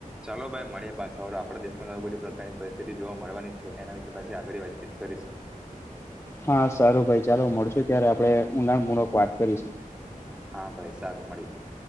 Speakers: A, in the centre; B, on the left.
A: ચાલો ભાઈ મળે પાછા આપણા દેશ માંઈ બધી પ્રકારની પરિસ્થિતિ જોવા મળવાની જ છે એના વિ પાછી આગળ વાતચીત કરીશ.
B: હા સારું ભાઈ ચાલો મળશ ત્યારે આપદે ઊંડાણ પૂર્વક વાત કરીશું.
A: હા ભાઈ સારું મળીએ.